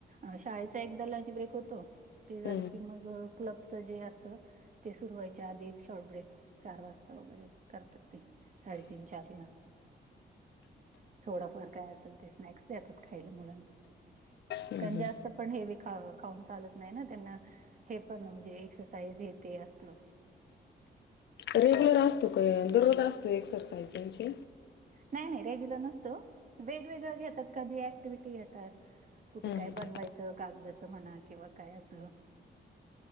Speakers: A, on the right; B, on the left.
A: अ शाळेचा एकदा ल ब्रेक होतो ते झालं
B: हं
A: की मग क्लबचं जे असत ते सुरू व्हायच्या आधी एक शॉर्ट ब्रेक चार वाजता वगैरे करतात ते साडेतीीन चार किला थोडाफार काय असेल ते स्नॅक्स देतात खायला मुलांना
B: हं
A: कारण
B: हं
A: जास्त पण हेवी ख खाऊन चालत नाही ना त्यांना हे पण म्हणजे एक्सरसाइज हे ते असतं
B: रेग्युलर असतो का दररोज असतो एक्सरसाइजची
A: नाही नाही रेग्युलर नसतो वेगवेगळ घेतात कधी ऍक्टिव्हटी घेतात कुठे
B: हम्म
A: काय बनवायचं कागदाचं म्हणा किंवा काय असं